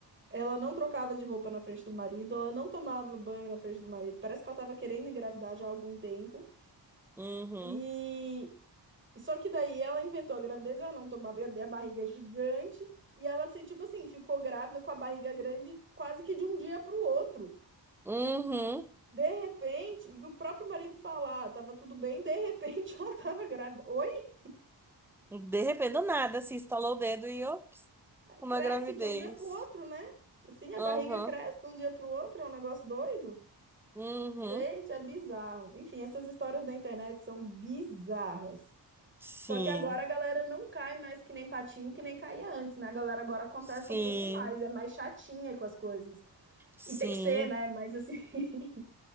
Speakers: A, on the right (about 25°); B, in the centre.
A: Ela não trocava de roupa na frente do marido, ela não tomava banho na frente do marido. Parece que ela tava querendo engravidar já há algum tempo.
B: Uhum.
A: E só que daí ela inventou a gravidez, ela não tomava a barriga é gigante e ela se tipo assim, ficou grávida com a barriga grande quase que de um dia para o outro.
B: Uhum.
A: De repente, e o próprio marido falar, ah, tava tudo bem, de repente <laughs> ela tava grávida. Oi?
B: De repente, do nada, se estalou o dedo e, ops, uma
A: Cresce
B: gravidez.
A: de um dia para o outro, né? Assim, a
B: Aham.
A: barriga cresce de um dia para o outro, é um negócio doido.
B: Uhum.
A: Gente, é bizarro. Enfim, essas histórias da internet são bizarras.
B: Sim.
A: Só que agora a galera não cai mais que nem patinho, que nem caía antes, né? A galera agora contesta
B: Sim.
A: um pouco mais, é mais chatinha com as coisas.
B: Sim.
A: E tem que ser, né? Mas assim. <laughs>